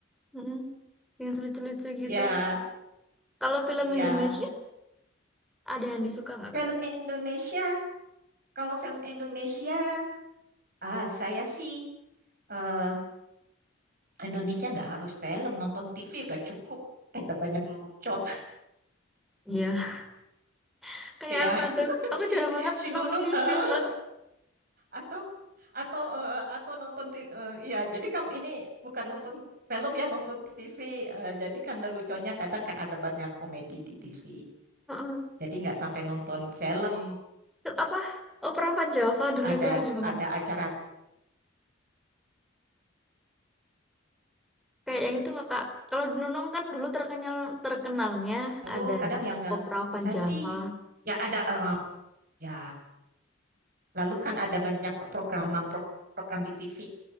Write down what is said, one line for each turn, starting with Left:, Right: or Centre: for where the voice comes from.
Centre: mm, yang lucu-lucu gitu.
Right: ya
Centre: Kalau film
Right: ya
Centre: Indonesia ada yang disuka nggak,
Right: film
Centre: Kak?
Right: Indonesia. Kalau film Indonesia, ah saya sih eh, Indonesia nggak harus film, nonton TV udah cukup. Ada banyak lelucon
Centre: Iya. <laughs>
Right: <laughs>
Centre: Kayak
Right: kayak
Centre: apa tuh? Aku
Right: si
Centre: jarang banget
Right: si Nunung
Centre: nonton TV
Right: eh, eh,
Centre: soalnya.
Right: atau atau eh, eh, atau nonton ti- eh, ya jadi kan ini bukan nonton film ya nonton TV eh, jadi kan leluconnya kadang kan ada banyak komedi di TV.
Centre: Heeh.
Right: Jadi nggak sampai nonton film,
Centre: Apa? Opera Van Java dulu
Right: ada
Centre: itu lucu banget.
Right: ada acara
Centre: Kayak yang itu loh, Kak. Kalau Nunung kan dulu terkenal terkenalnya
Right: lalu
Centre: ada
Right: kadang
Centre: di
Right: yang eh,
Centre: Opera Van
Right: saya
Centre: Java.
Right: sih ya ada eh, eh, ya lalu kan ada banyak program program di TV.